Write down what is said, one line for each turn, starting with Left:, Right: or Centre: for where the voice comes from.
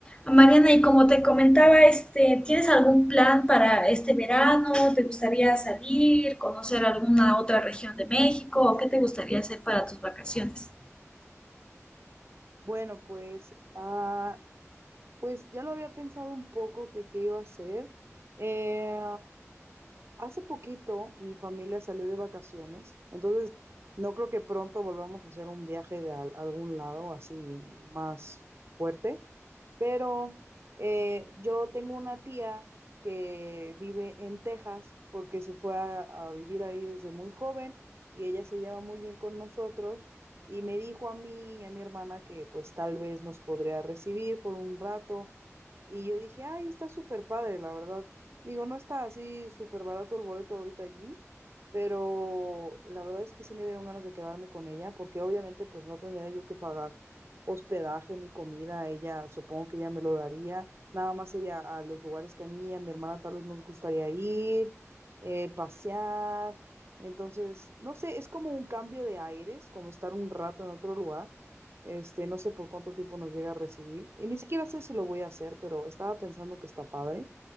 Left: Mariana, y como te comentaba, este, ¿tienes algún plan para este verano? ¿Te gustaría salir, conocer alguna otra región de México? ¿O qué te gustaría hacer para tus vacaciones?
Right: Bueno, pues, ah, pues ya lo había pensado un poco que qué iba a hacer. Eh, Hace poquito mi familia salió de vacaciones, entonces no creo que pronto volvamos a hacer un viaje de al- algún lado así más fuerte, pero eh, yo tengo una tía que vive en Texas porque se fue a, a vivir ahí desde muy joven y ella se lleva muy bien con nosotros y me dijo a mí y a mi hermana que pues tal vez nos podría recibir por un rato y yo dije, ay, está súper padre, la verdad. Digo, no está así súper barato el boleto ahorita allí, pero la verdad es que sí me dieron ganas de quedarme con ella, porque obviamente pues no tendría yo que pagar hospedaje ni comida, ella supongo que ella me lo daría, nada más sería a los lugares que a mí y a mi hermana tal vez nos gustaría ir, eh, pasear, entonces, no sé, es como un cambio de aires, como estar un rato en otro lugar, este, no sé por cuánto tiempo nos llega a recibir, y ni siquiera sé si lo voy a hacer, pero estaba pensando que está padre.